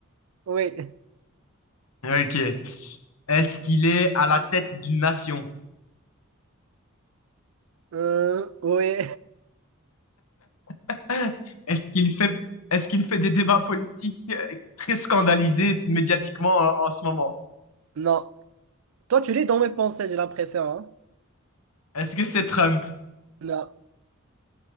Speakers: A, on the right; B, on the left.
A: Oui.
B: Ok. Est-ce qu'il est à la tête d'une nation?
A: Euh, oui.
B: <laughs> Est-ce qu'il fait, est-ce qu'il fait des débats politiques euh, très scandalisés médiatiquement en, en ce moment?
A: Non. Toi, tu lis dans mes pensées, j'ai l'impression, hein?
B: Est-ce que c'est Trump?
A: Non.